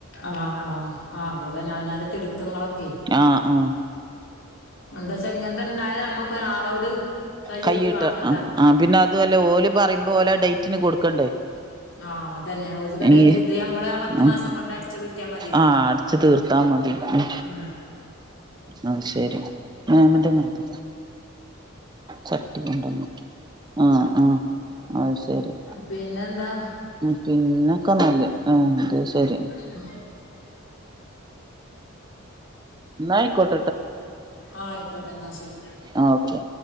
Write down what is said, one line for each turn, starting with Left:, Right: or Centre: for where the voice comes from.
Left: ആഹ ആഹ് ആഹ അത് അവനാന്റെ തിടുക്കങ്ങളൊക്കെ
Right: ആ ആ
Left: എന്താചാ ഇങനതെണ്ടായ ഞമ്മ ക്ക് ഒരാളോട് കൈയ്യെട്ടി
Right: കൈയിട്ട്
Left: വാങ്ങണ്ട
Right: ആ പിന്നെ അതുല്ല ഓല് പറയുമ്പോ ഓലാ ഡേറ്റിന് കൊടുക്കണ്ടേ?
Left: ആ അതന്നെ ഒ ാൽത കെ ടെയ്റ്റ്
Right: ഈ
Left: ഇത് മ്മള് പത്ത്
Right: ആ
Left: മാസം കൊണ്ട് അടിച്ച് വീട്ടിയാൽ മതി.
Right: ആ അടിച്ച് തീർത്താ മതി ഉ
Left: ഉം
Right: അഹ് ശരി ആ അങ്ങൻതന്നെ മറ്റ ചട്ടി കൊണ്ടന്നു ആഹ് ആഹ് അത് ശരി
Left: പിന്നെന്താ
Right: ഉം പിന്നൊക്കെ നല്ല ആ അത് ശരി
Left: ഉം
Right: ഇന്നായികൊട്ട
Left: ആയിക്കോട്ടെ ന്നാശരി
Right: ആഹ് ഓക്കെ